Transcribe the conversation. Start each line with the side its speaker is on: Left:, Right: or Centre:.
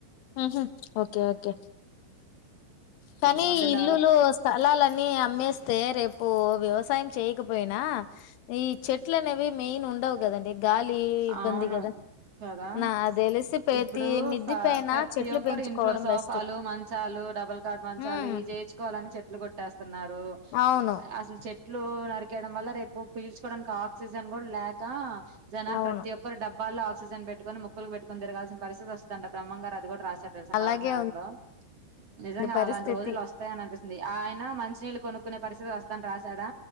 Left: ఉహు ఓకే ఓకే కానీ
Right: కొంచెం కొంచెం
Left: ఇల్లులు
Right: డెవలప్
Left: స్థలాలన్నీ అమ్మేస్తే రేపు వ్యవస్ వ్యవసాయం చేయకపోయినా ఈ చెట్లని అవి మెయిన్ ఉండవు కదండి గాలి ఇబ్బంది
Right: అవును
Left: కదా
Right: కదా
Left: నా తెలిసి ప్రతి
Right: ఇప్పుడు
Left: మిద్ది
Right: ప
Left: పైన
Right: ప్రతి
Left: చెట్లు
Right: ఒక్కరు
Left: పెంచుకోవడం
Right: ఇంట్లో సోఫాలు
Left: బెస్ట్
Right: మంచాలు డబల్ దాని మంచాలు
Left: హ్మ్
Right: ఇది చేయిచ్చుకోవాలని చెట్లు కొట్టేస్. తున్నారు
Left: అవును.
Right: అస్సలు చె. ట్లు నరికేయడం వల్ల రేపు పీల్చుకోవడానికి ఆక్సిజన్ కూడా లేకా. జనాలు
Left: అవును.
Right: ప్రతి ఒక్కరు డబ్బాలో. ఆక్సిజన్ పెట్కొని ముక్కులుకి పెట్టుకొని తిరగాల్సిన పరిస్థితి వస్తదంట బ్రహ్మంగారు అది కూడా రాసి. త తెలుసా
Left: అలాగే
Right: కాల జ్ఞానంలో నిజంగా
Left: ఉంది పరిస్థితి.
Right: అలాంటి రోజులు వస్తాయని అనిపిస్ ది ఆయన మంచి నీళ్ళు కొనుక్కునే పరిస్థితి వస్తుందని రాశాడా.